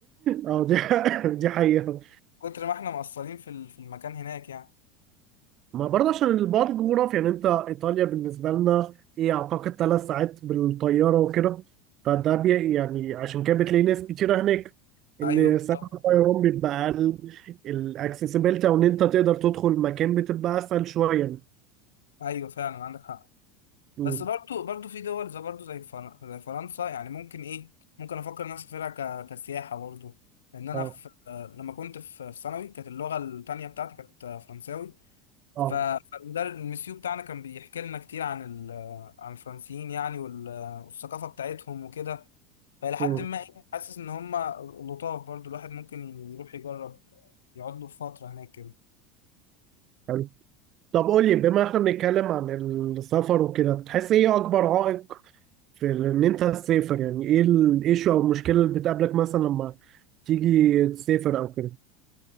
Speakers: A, on the right; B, on the left.
A: آه، دي <laughs> دي حقيقه
B: كتر ما احنا مقصرين في ال- في المكان هناك يعني
A: ما برضه عشان البعد الجغرافي يعني انت ايطاليا بالنسبه لنا ايه اعتقد ثلاث ساعات بالطياره وكده فده بي يعني عشان كده بتلاقي ناس كتيره هناك
B: ايوه
A: ان
B: بالظبط
A: سعر الطيران بيبقى اقل الاكسسبيلتي او ان انت تقدر تدخل مكان بتبقى اسهل شويه يعني.
B: ايوه فعلا عندك حق
A: مم.
B: بس برضو برضو في دول زي برضو زي فر- زي فرنسا يعني ممكن ايه ممكن افكر ان انا اسافرها ك- كسياحه برضو لان انا
A: اه
B: في آه، لما كنت في في ثانوي كانت اللغه التانيه بتاعتي كانت آه، فرنساوي ف-
A: اه
B: اه فالمدرب المسيو بتاعنا كان بيحكي لنا كتير عن ال- آه، عن الفرنسيين يعني وال- آه، والثقافه بتاعتهم وكده فالى حد
A: مم.
B: ما إيه، حاسس ان هم لطاف برضو الواحد ممكن يروح يجرب يقعد له فتره هناك كده
A: حلو طب قول لي بما احنا بنتكلم عن السفر وكده بتحس ايه اكبر عائق في ان انت تسافر يعني ايه الايشو او المشكله اللي بتقابلك مثلا لما تيجي تسافر او كده